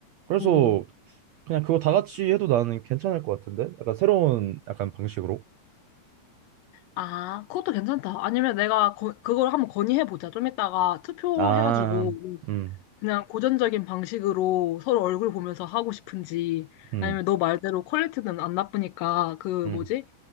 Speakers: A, on the right; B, on the left.
A: 그래서
B: 어.
A: 그냥 그거 다 같이 해도 나는 괜찮을 것 같은데? 약간 새로운 약간 방식으로.
B: 아, 그것도 괜찮다. 아니면 내가 거- 그걸 한번 건의해보자. 좀 이따가 투표해가지고
A: 아, 음,
B: 그냥 고전적인 방식으로 서로 얼굴 보면서 하고 싶은지
A: 음,
B: 아니면 너 말대로 퀄리티는 안 나쁘니까 그
A: 음,
B: 뭐지?